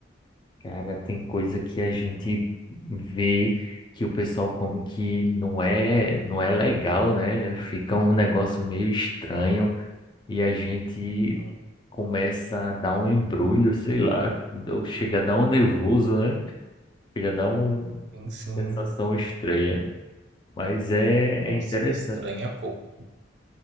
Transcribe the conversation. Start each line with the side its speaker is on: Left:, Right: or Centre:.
Left: cara, tem coisa que a gente vê que o pessoal come que não é, não é legal, né? Fica um negócio meio estranho e a gente
Right: Hum,
Left: começa a dar um embrulho, sei lá, ou chega a dar um nervoso, né? Chega a dar uma
Right: Sim, sim.
Left: sensação estranha. Mas é,
Right: Nossa,
Left: é interessante.
Right: estranha pouco.